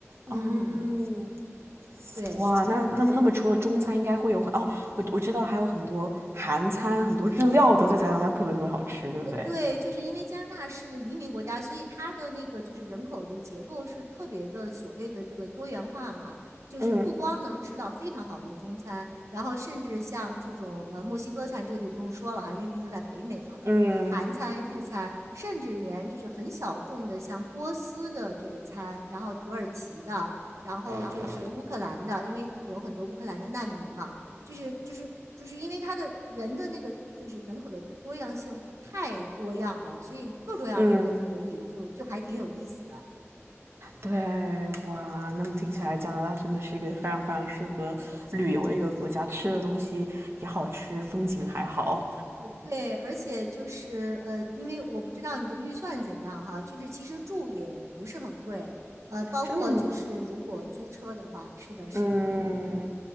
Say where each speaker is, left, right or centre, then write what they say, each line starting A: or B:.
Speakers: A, on the right; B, on the right.
A: 嗯，
B: 嗯，
A: 对。
B: 哇，那那那么除了中餐，应该会有很哦，我我知道还有很多韩餐，很多日料都在加拿大特别特别好吃，对不对？
A: 呃，对，就是因为加拿大是个移民国家，所以它的那个就是人口的结构是特别的所谓的这个多元化嘛，就是不光能吃到非常好的中餐，
B: 嗯。
A: 然后甚至像这种呃墨西哥餐，这个就不用说了哈，因为毕竟在北美嘛，
B: 嗯
A: 呃韩餐、日餐，甚至连就是很小众的像波斯的这个餐，然后土耳其的，然后就是乌克兰的，因为有很多乌克兰的难民嘛。就是就是就是因为它的人的那个就是人口的多样性太多样了，所以各种样的都可以，
B: 嗯，
A: 就就还挺有意思的。
B: 对，哇，那么听起来加拿大真的是一个非常非常适合旅游的一个国家，吃的东西也好吃，风景还好，
A: 对，而且就是呃，因为我不知道你的预算怎样哈，就是其实住也不是很贵，呃，包括就是如果租车的话，
B: 真的吗？
A: 是的，是的，
B: 嗯，
A: 嗯。